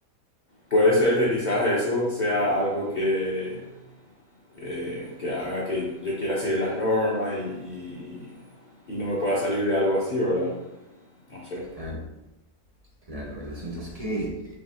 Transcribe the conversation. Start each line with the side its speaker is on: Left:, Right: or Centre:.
Left: puede ser que quizás eso sea algo que, eh, que haga que yo quiera seguir las normas y, y- y no me pueda salir de algo así, ¿verdad? No sé.
Right: claro, claro. El asunto es que